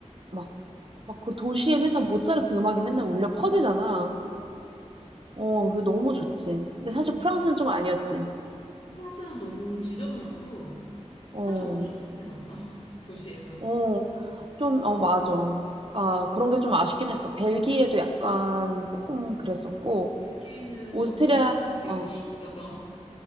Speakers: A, on the right (about 50°); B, on the left (about 60°).
A: 막 막 그 도시에 맨날 모차르트 음악이 맨날 울려 퍼지잖아.
B: 어,
A: 어, 그게 너무 좋지. 근데
B: 어.
A: 사실
B: 음.
A: 프랑스는 좀 아니었지.
B: 프랑스는 너무 지저분하고
A: 어,
B: 사실 오줌 냄새 났어. <laughs> 도시에서.
A: 어, 좀, 어, 맞아. 아, 그런 게 좀 아쉽긴 했어. 벨기에도 약간 조금 그랬었고,
B: 아, 벨기에는
A: 오스트리아,
B: 너무 안 좋은 기억이
A: 어,
B: 있어서.